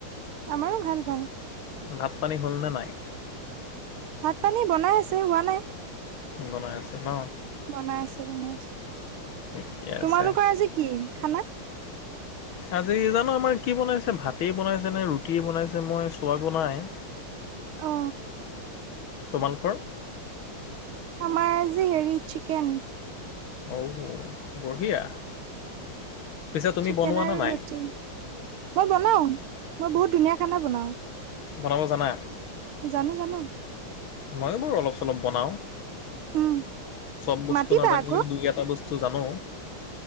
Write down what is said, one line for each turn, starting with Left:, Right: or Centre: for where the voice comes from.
Right: আমাৰো ভাল ভাল।
Left: ভাত-পানী হ'লনে নাই?
Right: ভাত-পানী বনাই আছে, হোৱা নাই।
Left: বনাই আছে ন
Right: বনাই আছো বনাই আছো
Left: ঠিকে
Right: তোমালোকৰ
Left: আছে।
Right: আজি কি খানা
Left: আজি জানো আমাৰ কি বনাইছে ভাতেই বনাইছে নে ৰুটিয়েই বনাইছে মই চোৱাগৈ নাই
Right: অ
Left: তোমালোকৰ
Right: আমাৰ আজি হেৰি চিকেন
Left: অ হৌ বঢ়িয়া পিছে তুমি
Right: চিকেন
Left: বনোৱা
Right: আৰু
Left: নে নাই?
Right: ৰুটি মই বনাও মই বহুত ধুনীয়া খানা বনাওঁ
Left: বনাব জানা
Right: জানো জানো
Left: ময়ো বাৰু অলপ চলপ বনাওঁ
Right: উম
Left: চব বস্তু
Right: মাতিবা
Left: নাজানিলেও
Right: আকৌ
Left: দুই এটা বস্ তো জানো